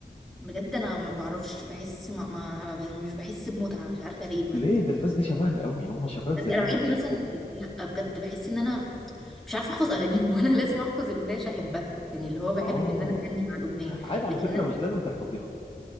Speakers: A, in the centre; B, on the left.
A: بجد أنا ما بعرفش بحس ما, ما, ما ب- مش بحس بمتعة مش عارفة ليه بجد
B: ليه ده الناس دي شبهنا قوي هم شباب
A: بجد
B: زينا
A: أنا بحب مثلا
B: بيحكوا
A: لا بجد بحس إن أنا مش عارفة أحفظ أغانيهم <laughs> وأنا لازم أحفظ الأغنية عشان أحبها يعني اللي هو بحب
B: اه
A: إن أنا أغني مع الأغنية
B: عادي على
A: لكن
B: فكره
A: أنا
B: مش لازم تحفظيها